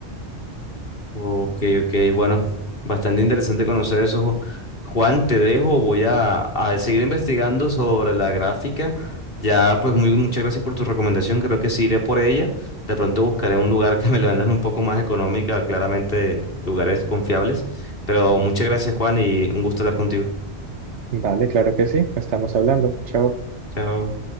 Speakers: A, on the left; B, on the right.
A: Ok, ok, bueno, bastante interesante conocer eso. Ju- Juan, te dejo, voy a, a seguir investigando sobre la gráfica. Ya, pues muy, muchas gracias por tu recomendación, creo que sí iré por ella. De pronto buscaré un lugar <laughs> que me la vendan un poco más económica, claramente lugares confiables. Pero muchas gracias, Juan, y un gusto hablar contigo.
B: Vale, claro que sí. Estamos hablando. Chao.
A: Chao.